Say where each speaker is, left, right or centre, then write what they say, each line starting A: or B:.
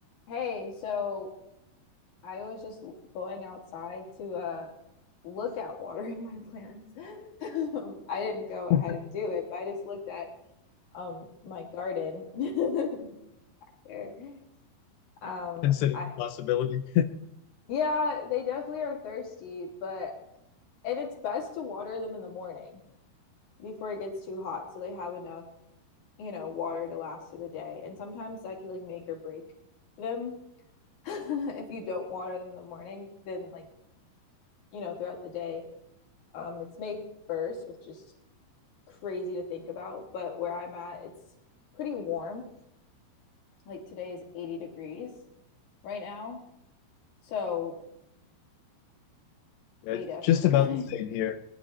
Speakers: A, on the left; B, on the left.
A: Hey, so I was just l- going outside to uh look at watering my plants. <laughs> I didn't go ahead
B: <laughs>
A: and do it, but I just looked at um my garden <laughs> there. Um
B: considering
A: I
B: the possibility.
A: yeah, they definitely are thirsty, but and it's best to water them in the morning before it gets too hot so they have enough, you know, water to last through the day. And sometimes that can like make or break them. <laughs> If you don't water them in the morning, then like, you know, throughout the day Um, it's May 1st, which is crazy to think about, but where I'm at, it's pretty warm. Like today is 80 degrees right now. So
B: Yeah,
A: they
B: It's
A: definitely,
B: just about the same here.